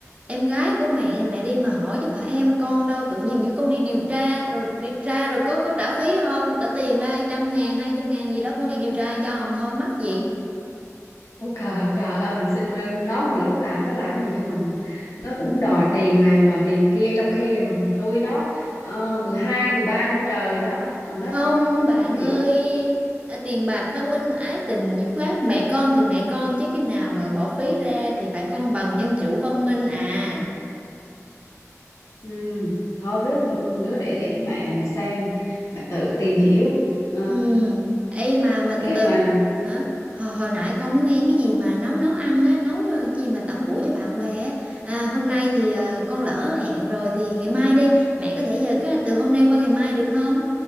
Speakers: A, on the right (about 25°); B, on the left (about 80°).
A: em gái của mẹ mẹ đi mà hỏi chứ phải em con đâu tự nhiên biểu con đi điều tra rồi điều tra rồi có có trả phí không trả tiền đây trăm ngàn hai trăm ngàn gì đó con đi điều tra cho không thôi mắc gì
B: Ủa trời, trời ơi mình xin nó mà lúc nào nó làm gì cho mình nó cũng đòi tiền này đòi tiền kia trong khi là mình nuôi nó uh, 12 13 năm trời đó mà nó
A: không
B: nó nó nó
A: bạn
B: cũng kiểu
A: ơi
B: nó, nó.
A: à, tiền bạc phân minh ái tình dứt khoát mẹ con thì mẹ con chứ cái nào mà bỏ phí ra thì phải công bằng dân chủ văn minh à
B: Ừ. thôi rước đứa để để mẹ mà xem mà tự tìm hiểu Ờ,
A: Ừ, ấy mà
B: không
A: mà từ
B: biết
A: từ
B: là
A: hả? Hồi, hồi nãy con mới nghe cái gì mà nấu nấu ăn á, nấu ờ, cái gì mà tẩm bổ cho bạn bè á. À, hôm nay thì ờ, con lỡ hẹn rồi thì ngày mai đi. Mẹ có thể giờ kế hoạch từ hôm nay qua ngày mai được không?